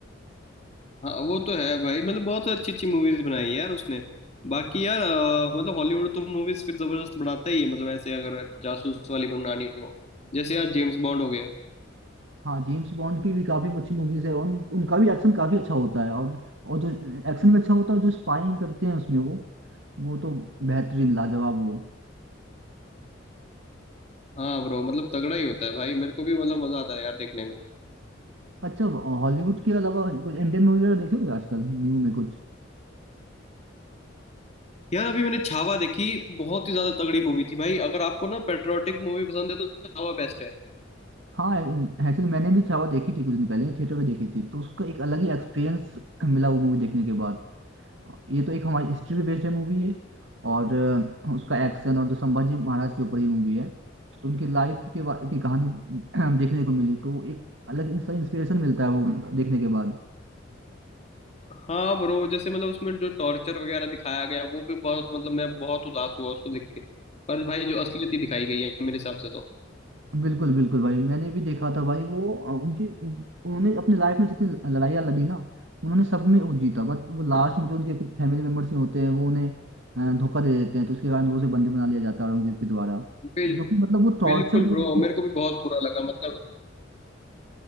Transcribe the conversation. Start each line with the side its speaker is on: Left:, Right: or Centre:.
Left: हाँ वो तो है भाई मतलब बहुत अच्छी अच्छी मूवीज बनाई है यार उसने बाकी यार अ, मतलब हॉलीवुड तो मूवीज फिर जबरदस्त बनाता ही है मतलब ऐसे अगर जासूस वाली बनानी हो जैसे यार जेम्स बॉन्ड हो गया
Right: हाँ जेम्स बॉन्ड की भी काफी अच्छी मूवीज है और उन, उनका भी एक्शन काफी अच्छा होता है और और जो एक्शन भी अच्छा होता है और जो स्पाइंग करते हैं उसमें वो वो तो बेहतरीन लाजवाब वो
Left: हाँ ब्रो मतलब तगड़ा ही होता है भाई मेरे को भी मतलब मजा आता है यार देखने में
Right: अच्छा हॉलीवुड के अलावा कोई इंडियन मूवी वगैरह देखे होगे आजकल न्यू में कुछ
Left: यार अभी मैंने छावा देखी बहुत ही ज्यादा तगड़ी मूवी थी भाई अगर आपको ना पेट्रियोटिक मूवी पसंद है तो छावा बेस्ट है
Right: हाँ एक्चुअली मैंने भी छावा देखी थी कुछ दिन पहले थिएटर में देखी थी तो उसका एक अलग ही एक्सपीरियंस मिला वो मूवी देखने के बाद ये तो एक हमारी हिस्ट्री पे बेस्ड है मूवी है और अ, उसका एक्शन और जो संभाजी महाराज के ऊपर ही मूवी है तो उनकी लाइफ के बा- की कहानी <clears throat> देखने को मिली तो एक अलग इंस्पिरेशन मिलता है वो देखने के बाद
Left: हाँ ब्रो जैसे मतलब उसमें जो टॉर्चर वगैरह दिखाया गया वो भी बहुत मतलब मैं बहुत उदास हुआ उसको देख के पर भाई जो असलियत ही दिखाई गई है मेरे हिसाब से तो
Right: बिल्कुल बिल्कुल भाई मैंने भी देखा था भाई वो अ, उनकी उन- उन्होंने अपनी लाइफ में जितनी लड़ाइयाँ लड़ी ना उन्होंने सब में वो जीता बट वो लास्ट में जो उनके कुछ फैमिली मेम्बर्स ही होते हैं वो उन्हें अ, धोखा दे देते हैं तो उसके कारण वो उसे बंदी बना लिया जाता है औरंगजेब के द्वारा
Left: बिल,
Right: तो जो कि मतलब वो टॉर्चर
Left: बिल्कुल
Right: जो
Left: ब्रो
Right: उनको
Left: मेरे को भी बहुत बुरा लगा मतलब